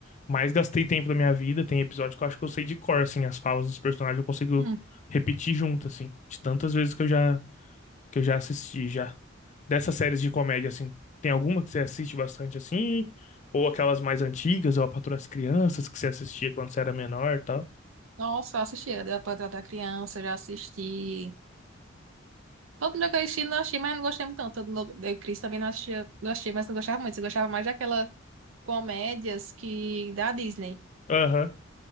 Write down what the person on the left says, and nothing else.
mais gastei tempo da minha vida. Tem episódio que eu acho que eu sei de cor, assim. As falas dos personagens eu consigo
repetir junto, assim. De tantas vezes que eu já que eu já assisti já. Dessas séries de comédia, assim, tem alguma que você assiste bastante assim? Ou aquelas mais antigas, ou A Patroa das Crianças, que você assistia quando você era menor e tal?
Aham.